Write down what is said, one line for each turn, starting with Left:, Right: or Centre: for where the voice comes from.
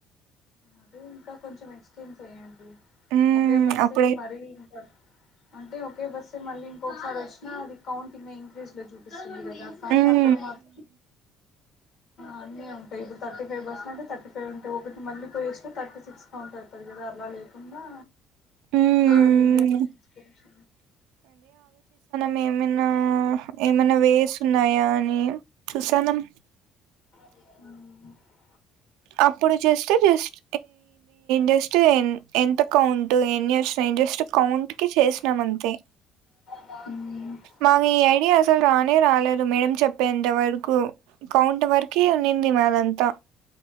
Left: అదే ఇంకా కొంచెం ఎక్స్టెండ్ వేయండి
Right: ఉమ్
Left: ఓకే బస్
Right: అప్పుడే
Left: మరి ఇంత అంటే ఒకే బస్ మళ్ళీ ఇంకొసారి అచ్చినా అది కౌంటింగ్ ఇంక్రీజ్ లో చూపిస్తుంది క సాని
Right: ఉమ్
Left: అక్కడ మాత్ అన్ని ఉంటయిప్పుడు థర్టీ ఫైవ్ బస్లు అంటే థర్టీ ఫైవ్ ఉంటాయి ఒకటి మళ్ళీ పోయస్తే థర్టీ సిక్స్ గా ఉంటాది త కదా అలా లేకున్నా
Right: ఉమ్ ఉమ్
Left: చూడండి ఇంకేమన్నా ఎక్స్
Right: నేమైనా ఏమైనా వేస్ ఉన్నాయా అని చూసానం
Left: అవును
Right: అప్పుడు చేస్తే జస్ట్ జస్ట్ ఎంత కౌంట్ ఎన్ని వచ్చినాయి జస్ట్ కౌంట్ కి చేసినాం అంతే
Left: హూ
Right: మాకు ఈ ఐడియా అసలు రానే రాలేదు మేడం చెప్పేంత వరకు కౌంట్ వరకే ఉన్నింది మాదంతా